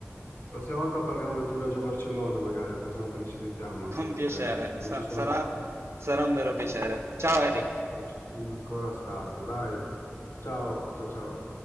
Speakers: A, on the left (about 65°); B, on the right (about 60°).
A: La prossima volta parliamo del tuo viaggio a Barcellona, magari, la prossima volta che ci sentiamo, anche
B: Con
A: perché
B: piacere,
A: non
B: Sa-
A: ci sono
B: sarà
A: ancora,
B: sarà un vero piacere. Ciao Eric.
A: non ci sono ancora stato. Dai, ciao, ciao, ciao.